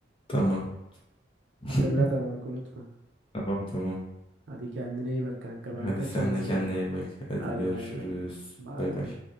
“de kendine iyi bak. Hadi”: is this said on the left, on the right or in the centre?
Left